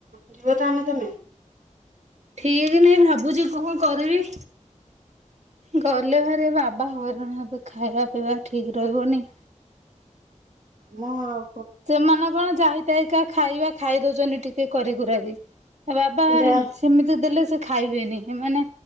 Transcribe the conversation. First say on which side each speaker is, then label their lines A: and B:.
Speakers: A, on the right; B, on the right.
A: ଯିବ ତାହେଲେ ନା ତମେ
B: ଠିକ ନାଇଁ ଭାବୁଛି କଣ କରିବି? ଗଲେ ଭାରି ବାବା ହଇରାଣ ହେବେ ଖାଇବା ପିଇବା ଠିକ୍ ରହିବନି।
A: ମୁଁ ଆଉ
B: ସେମାନେ କଣ ଯାଇଥାଇକା ଖାଇବା ଖାଇ ଦଉଛନ୍ତି ଟିକେ କରିିକୁରାକି ତା ବାବା
A: ଯା
B: ସେମିତି ଦେଲେ ସେ ଖାଇବେନି ମାନେ